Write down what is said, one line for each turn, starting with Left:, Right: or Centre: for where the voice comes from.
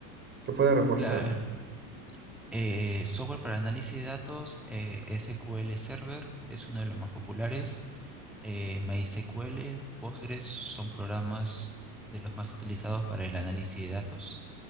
Right: que pueda reforzar?
Centre: La, eh, software para análisis de datos, eh, SQL Server, es uno de los más populares. Eh, MySQL, Postgres son programas de los más utilizados para el análisis de datos.